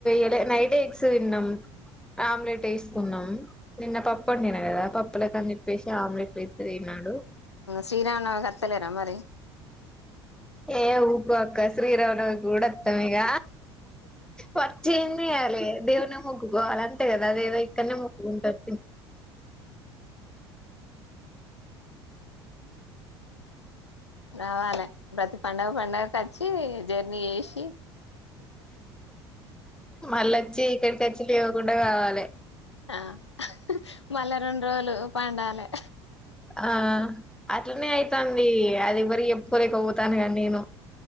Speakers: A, in the centre; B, on the left.
A: ఎడ నైట్ ఎగ్స్ విన్నాం ఆమ్లెట్ వేసుకున్నాం నిన్న పప్పుండి నే లేదా పప్పల కని ఇప్పేసి ఆమ్లీట్యితే తినడు
B: శ్రీరామ కతలేరా మరి
A: ఏ ఊకు అక్క శ్రీరావుణ కూడా అత్తాంగ వచ్చం చేయాలి దేవునే మొగ్గుకోవాలి అంతే కదా అదేదో ఇక్కడనే మొగ్కుకుంటారు తి
B: రావాలి ప్రతి పడుగ పడుగకు వచ్చి జర్నీ వేసి
A: మళ్ళ వచ్చి ఇక్కడికిచ్చి లేవ్వకుండా కావాలే.
B: ఆహ్ మల్ల రెండ్రోలు పండాలే
A: ఆహ్ అట్లనే అయితంది. ఇగ అదేవరి ఎప్పులే కొతానుగా నేను.